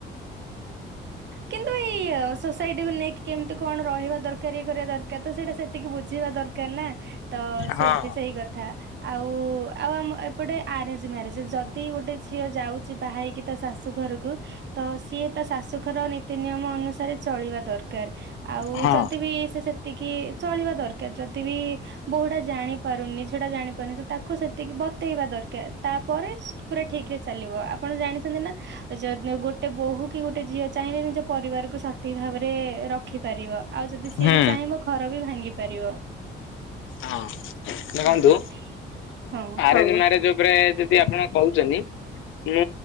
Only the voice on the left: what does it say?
ହଁ
ହଁ
ହୁଁ
ହଁ। ଦେଖନ୍ତୁ
ଆରେଞ୍ଜ ମ୍ୟାରେଜ ଉପରେ ଯଦି ଆପଣ କହୁଛନ୍ତି। ମୁଁ